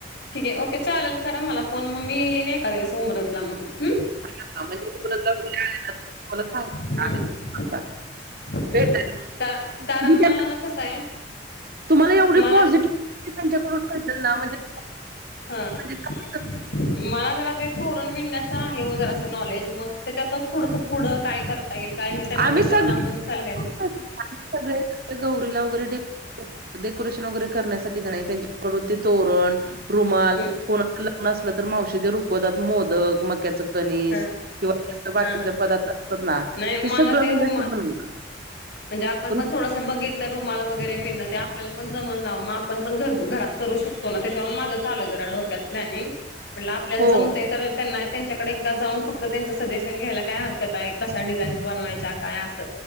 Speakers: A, on the left; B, on the right.
A: ठीक आहे ओके चालेल करा मला फोन मग मी येईन एका दिवस उमरजला म्ह.
B: <unintelligible>
A: हम्म हम्म
B: भेटायला
A: का कारण
B: तुम्ही त्यांना
A: मला न कसं आहे
B: तुम्हाला एवढी
A: मला
B: पॉझिटिविटी त्यांच्याकडून मिळतील ना म्हणजे
A: हा
B: <inaudible>
A: <inaudible> मला जरा ते तोरण विणण्याचं आहे व जरा असं नॉलेज मग त्याच्यात थोडसा पुढं काय कर का येईल का हे त्यांना
B: आम्ही
A: विचारून
B: सगळे
A: आपण चालले.
B: <inaudible> सगळे गौरीला वगैरे डे <inaudible> डेकोरेशन वगैरे करण्यासाठी नाही त्यांच्याकडून ते तोरण, रुमाल
A: हम्म
B: कोणाचा लग्न असलं तर मावशी ते रुकवतात मोदक, मक्याच्या कनिस
A: हा
B: किंवा <inaudible> बाकीचे
A: हा हा
B: पदार्थ असतात ना
A: नाही मला
B: ते सगळं
A: दे
B: म्हणजे
A: रुमा
B: असं बनवतात
A: म्हणजे आपण पण
B: रु
A: थो थोडसा बघितल्या रुमाला वगैरे बिननं ते आपल्याला पण जमल नावं म आपण घर घरात करू शक त्याच्यामुळं माझं चाललंय जरा डोक्यात प्लनिंग. म्हंटल आपल्याला
B: हो
A: जमतंय तर त्यांना त्यांच्या कडे एकदा जाऊन फक्त त्यांच सजेशन घ्यायला काय हरकत आहे. कशा डिझाईन्स बनवायच्या काय असं.